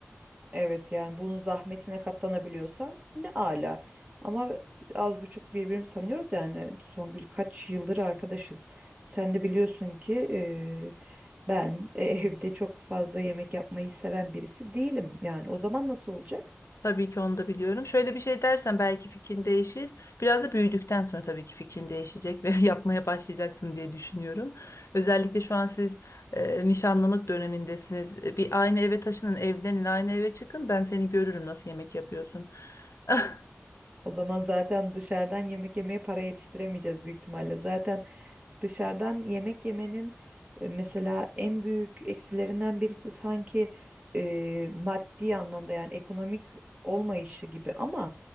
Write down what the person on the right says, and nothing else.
Evet yani bunun zahmetine katlanabiliyorsan ne ala. Ama az buçuk birbirimizi sanıyoruz yani Songül kaç yıldır arkadaşız. Sen de biliyorsun ki e, ben e, <laughs> evde çok fazla yemek yapmayı seven birisi değilim. Yani o zaman nasıl olacak?
O zaman zaten dışarıdan yemek yemeye para yetiştiremeyeceğiz büyük ihtimalle. Zaten Dışarıdan yemek yemenin e, mesela en büyük eksilerinden birisi sanki e, maddi anlamda yani ekonomik olmayışı gibi ama